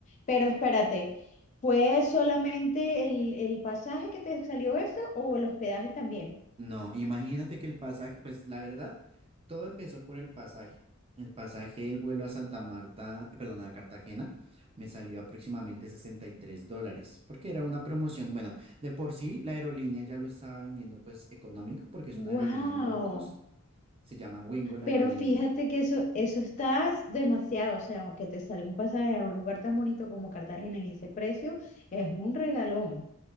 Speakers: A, on the left; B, on the right.
A: Pero espérate, ¿fue solamente el, el pasaje que te salió eso o el hospedaje también?
B: No, imagínate que el pasaje, pues la verdad, todo empezó por el pasaje. El pasaje del vuelo a Santa Marta, perdón, a Cartagena, me salió aproximadamente 63 dólares, porque era una promoción. Bueno, de por sí la aerolínea ya lo estaba vendiendo pues económico, porque es
A: Wow.
B: una aerolínea low cost, se llama Wingo la
A: Pero
B: aerolínea.
A: fíjate que eso, eso está demasiado, o sea, que te sale un pasaje a un lugar tan bonito como Cartagena en ese precio, es un regalón